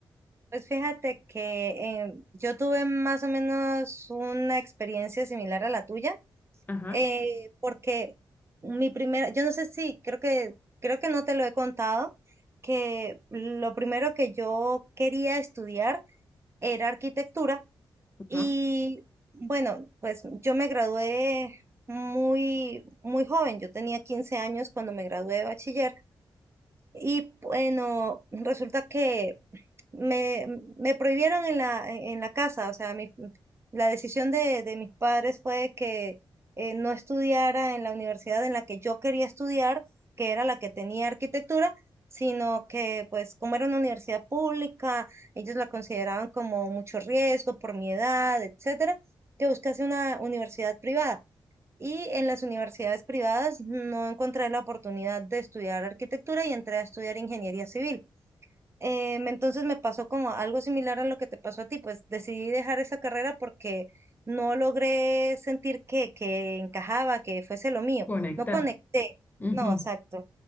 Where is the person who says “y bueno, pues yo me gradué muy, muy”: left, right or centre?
Right